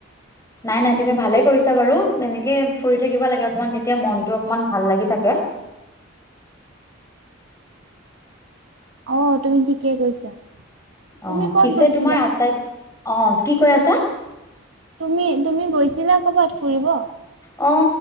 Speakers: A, on the left; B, on the right.
A: নাই নাই তুমি ভালে কৰিছা বাৰু এনেকে ফুৰি থাকিব লাগে অকমান তেতিয়া মনতটো অকমান ভাল লাগি থাকে।
B: অ তুমি ঠিকেই কৈছা তুমি
A: অ
B: ক'ত
A: পিছে
B: গৈছিলা?
A: তোমাৰ আটাইত অ কি কৈ আছা
B: তুমি তুমি গৈছিলা ক'ৰবাত ফুৰিব
A: অ